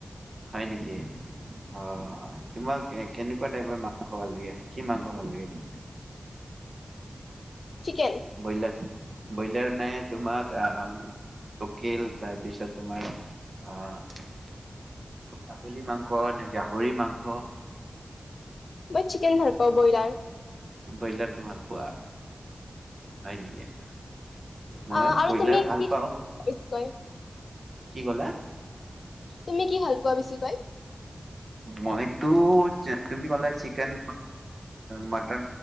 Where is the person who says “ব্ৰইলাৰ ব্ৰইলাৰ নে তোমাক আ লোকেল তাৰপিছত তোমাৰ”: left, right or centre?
Right